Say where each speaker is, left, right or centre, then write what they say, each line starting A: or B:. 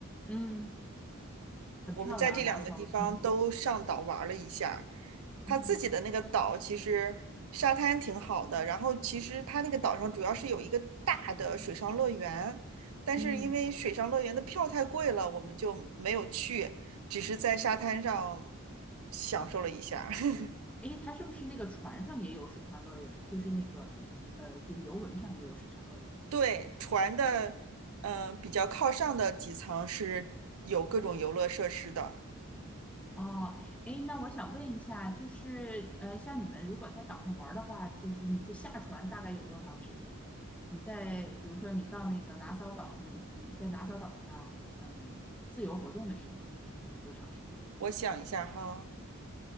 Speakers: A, in the centre; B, on the right.
A: 嗯，很漂亮，
B: 我们在这两个地方都上岛玩了一下
A: 拉萨我听说过。
B: 他自己的那个岛其实沙滩挺好的，
A: 嗯，
B: 然后其实他那个岛上主要是有一个大的水上乐园，但是因为水上乐园的票太贵了，
A: 嗯，
B: 我们就没有去，只是在沙滩上享受了一下 <laughs>
A: 诶，它是不是那个船上也有水上乐园？就是那个呃，就游轮上也有水上乐园。
B: 对，船的，呃，比较靠上的几层是有各种游乐设施的。
A: 哦，诶，那我想问一下，就是呃，像你们如果在岛上玩儿的话，就是你这下船大概有多长时间呢？你在比如说你到那个拿骚岛，你们在拿骚岛上，嗯、自由活动的时间有多多长时间？
B: 我想一下哈。